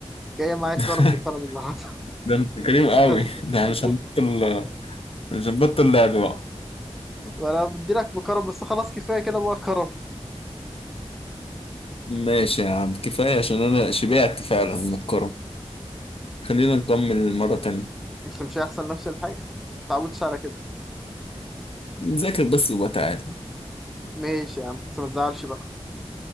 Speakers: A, in the centre; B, on the left.
A: جايه معايا
B: <laughs>
A: كرم بكرم النهارده
B: ده انت كريم
A: <laughs>
B: قوي <laughs> ده انا مش
A: شوف
B: هنبطل مش هنبطل لعب بقى
A: انا بدي لك بكرم بس خلاص كفايه كده بقى كرم
B: ماشي يا عم كفاية عشان أنا شبعت فعلا من الكرة خلينا نكمل مرة تانية
A: انت مش هيحصل نفس الحاجه ما تعودش على كده
B: نذاكر بس وبتعالى
A: ماشي يا عم بس ما تزعلش بقى